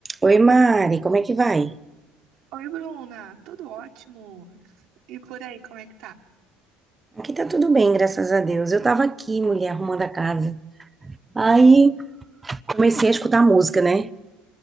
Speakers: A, on the right; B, on the right.
A: Oi, Mari, como é que vai?
B: Oi, Bruna, tudo ótimo? E por aí, como é que tá?
A: Aqui tá tudo bem, graças a Deus. Eu tava aqui, mulher, arrumando a casa. Aí comecei a escutar música, né?